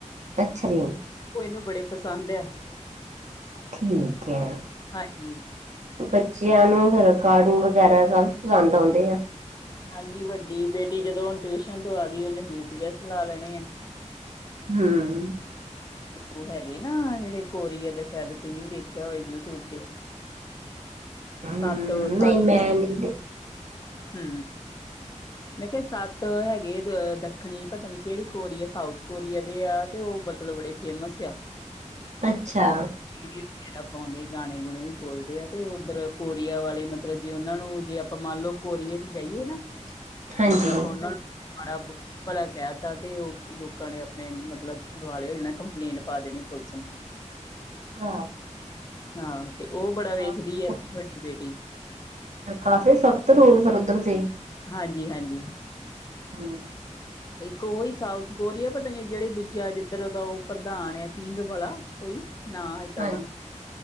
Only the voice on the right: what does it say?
ਅੱਛਾ ਜੀ।
ਠੀਕ ਐ
ਬੱਚਿਆਂ ਨੂੰ ਫਿਰ ਕਾਰਟੂਨ ਵ ਵਗੈਰਾ ਸਭ ਪਸੰਦ ਆਉਂਦੇ ਆ।
ਹਾਂ।
ਹੂੰ,
ਨਈ ਮੈਂ ਨਈ ਤੇ
ਅੱਛਾ।
ਹਾਂਜੀ।
ਹਾਂ।
ਕਾਫੀ
ਕਾਫੀ ਸਖ਼ਤ ਰੂਲ ਫਿਰ ਉੱਧਰ ਦੇ
ਹੂੰ।
ਹਾਂਜੀ